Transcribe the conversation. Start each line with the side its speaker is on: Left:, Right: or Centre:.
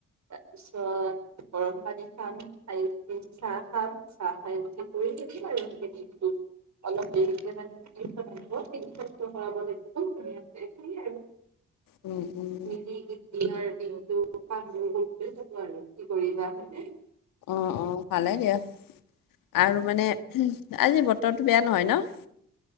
Right: তাৰপিছত গৰম পানী খাম ফাইভ মিনিট চাহ খাম চাহ খাই', হে', কৰি থাকিলা আৰু গোটে দিনটো', অলপ দেৰিকে মানে ট্ৰেনখন আহিব ট্ৰেনখনটো সলাব লাগিব', কি ধুনীয়া', এই তুমি নাই যোৱা',
Left: উম', - উম',
Right: এই দিনৰ দিনটো কামবোৰ‌‌ কৰি থাকোঁ আৰু কি কৰিবা হয়নে',
Left: অ', - অ', পালে গে', আৰু মানে হুম', আজি বতৰটো বেয়া নহয় নহ',